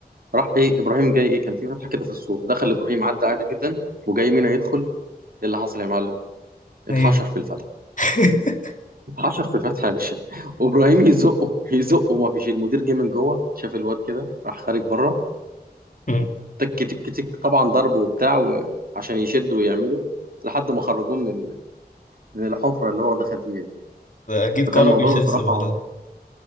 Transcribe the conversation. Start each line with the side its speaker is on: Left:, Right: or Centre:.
Right: راح إيه إبراهيم جاي إيه كان في فتحة كده في السور دخل إبراهيم عدى عادي جدا وجاي مينا يدخل إيه اللي حصل يا معلم اتحشر
Left: ايه
Right: في الفتحة
Left: <laughs>
Right: حشر في الفتحة يا باشا وابراهيم يزقه يزقه ما فيش المدير جه من جوه شاف الواد كده راح خارج بره
Left: مم.
Right: تك تك تك طبعا ضرب وبتاع و- عشان يشدوا ويعملوا لحد ما خرجوه من ال- من الحفرة اللي هو دخل فيها دي
Left: ده اكيد
Right: فكان
Left: كرم
Right: الموضوع
Left: يخس
Right: بصراحة
Left: بعدها